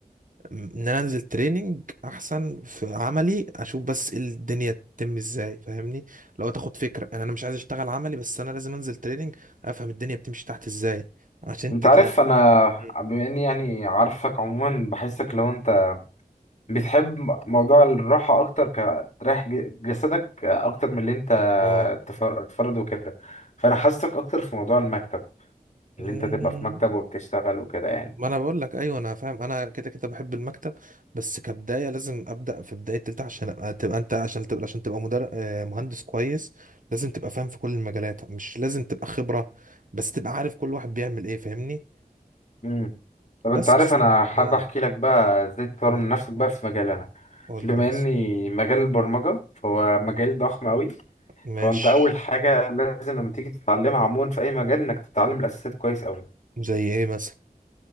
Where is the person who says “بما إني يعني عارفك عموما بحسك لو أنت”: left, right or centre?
Left